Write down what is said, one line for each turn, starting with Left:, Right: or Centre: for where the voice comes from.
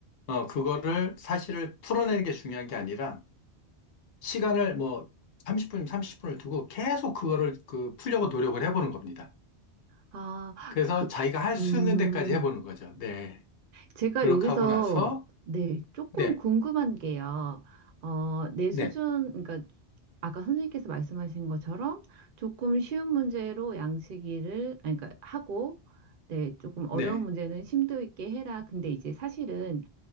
Left: 어, 그거를 사실을 풀어내는 게 중요한 게 아니라, 시간을 뭐 30분, 30분을 두고 계속 그거를 그 풀려고 노력을 해보는 겁니다.
Right: 아,
Left: 그래서
Right: 그,
Left: 자기가 할 수
Right: 음,
Left: 있는 데까지 해보는 거죠. 네.
Right: 제가
Left: 그렇게
Right: 여기서,
Left: 하고 나서,
Right: 네, 조금
Left: 네,
Right: 궁금한 게요. 어, 내 수준,
Left: 네,
Right: 그러니까 아까 선생님께서 말씀하신 것처럼 조금 쉬운 문제로 양치기를, 아니, 그러니까 하고, 네, 조금 어려운
Left: 네,
Right: 문제는 심도 있게 해라. 근데 이제 사실은